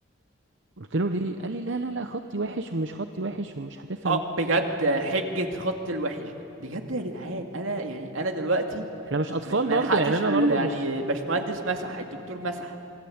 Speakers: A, on the right (about 65°); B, on the right (about 85°).
A: قلت له ليه قال لي لا لا لا خطي وحش ومش خطي وحش ومش هتفهم
B: اه بجد حجة خط الوحش دي بجد يا جدعان انا يعني انا دلوقتي
A: احنا مش اطفال
B: م- ما
A: برضو
B: لحقتش
A: يعني انا
B: ال-
A: برضو
B: يعني
A: مش
B: باشمهندس مسح الدكتور مسح